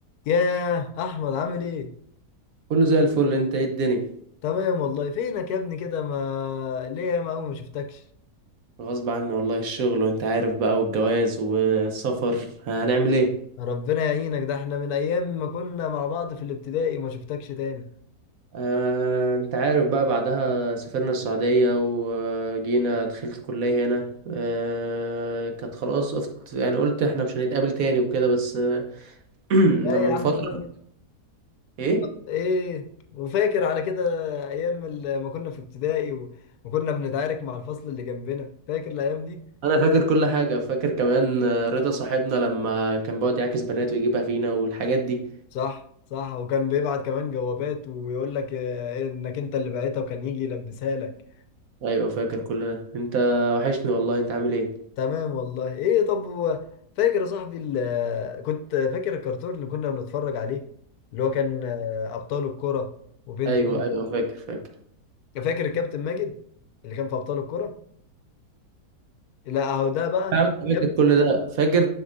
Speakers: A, on the left; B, on the right.
A: ياه احمد عامل ايه
B: كله زي الفل انت ايه الدنيا
A: تمام والله فينك يا ابني كده ما ليه يا ما ما شفتكش
B: غصب عني والله الشغل وانت عارف بقى والجواز والسفر هنعمل ايه
A: ربنا يعينك ده احنا من ايام ما كنا مع بعض في الابتدائي ما شفتكش تاني
B: آه انت عارف بقى بعدها سافرنا السعودية وجينا دخلت الكلية هنا آه كانت خلاص قفت يعني قلت احنا مش هنتقابل تاني وكده بس آه، <clears throat>
A: لا
B: لما
A: يا
B: من
A: عم
B: فترة
A: لا
B: ايه
A: لا طب ايه وفاكر على كده ايام ال- ما كنا في ابتدائي و- وكنا بنتعارك مع الفصل اللي جنبنا فاكر الايام دي
B: انا فاكر كل حاجة فاكر كمان آه، رضا صاحبنا لما كان بيقعد يعاكس بنات ويجيبها فينا والحاجات دي
A: صح صح وكان بيبعت كمان جوابات ويقول لك آه، انك انت اللي بعتها وكان يجي يلبسها لك
B: ايوه فاكر كل ده انت وحشني والله انت عامل ايه
A: تمام والله ايه طب هو فاكر يا صاحبي ال- كنت فاكر الكرتون اللي كنا بنتفرج عليه اللي هو كان آه، ابطال الكرة وبنتين
B: ايوه ايوه فاكر فاكر
A: فاكر الكابتن ماجد اللي كان في ابطال الكرة لا اهو ده بقى
B: فاهم فاكر
A: كابتن
B: كل ده فاكر